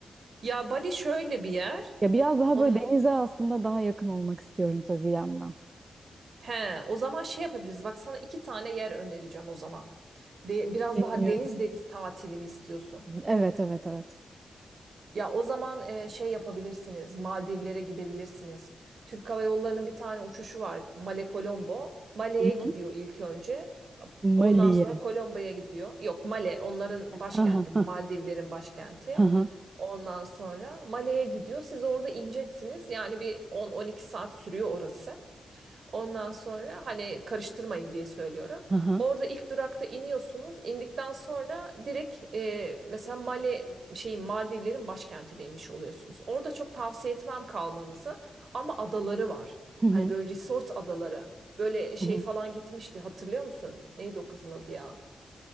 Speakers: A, on the right; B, on the right.
A: Ya Bali şöyle bir yer.
B: Ya biraz daha
A: On...
B: böyle denize aslında daha yakın olmak istiyorum tabii bir yandan.
A: He, o zaman şey yapabiliriz. Bak sana iki tane yer önereceğim o zaman. De, biraz
B: Dinliyorum.
A: daha deniz deniz tatili mi istiyorsun?
B: Evet evet evet.
A: Ya o zaman e, şey yapabilirsiniz. Maldivlere gidebilirsiniz. Türk Hava Yolları'nın bir tane uçuşu var. Male Colombo. Male'ye
B: Hı
A: gidiyor
B: hı.
A: ilk önce. Ondan
B: Mali'ye.
A: sonra Colombo'ya gidiyor. Yok Male onların başkenti.
B: Ha ha
A: Maldivlerin
B: ha
A: başkenti.
B: ha ha.
A: Ondan sonra Male'ye gidiyor. Siz orada ineceksiniz. Yani bir 10-12 saat sürüyor orası. Ondan sonra hani karıştırmayın diye söylüyorum.
B: Hı hı.
A: Orada ilk durakta iniyorsunuz. İndikten sonra direkt e, mesela Mali şeyin Maldivlerin başkentine inmiş oluyorsunuz. Orada çok tavsiye etmem kalmanızı ama adaları var.
B: Hı hı.
A: Hani böyle resort adaları. Böyle şey
B: Hı hı.
A: falan gitmişti hatırlıyor musun? Neydi o kızın adı ya?